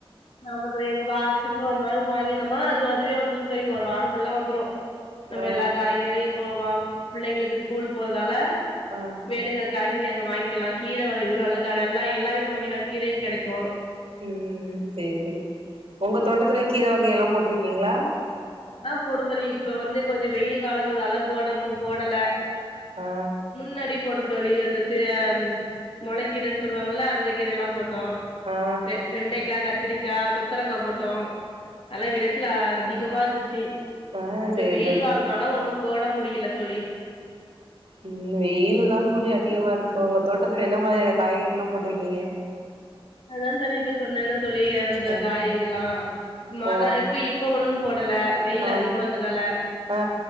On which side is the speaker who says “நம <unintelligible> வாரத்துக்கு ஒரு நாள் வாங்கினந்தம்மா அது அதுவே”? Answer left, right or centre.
Left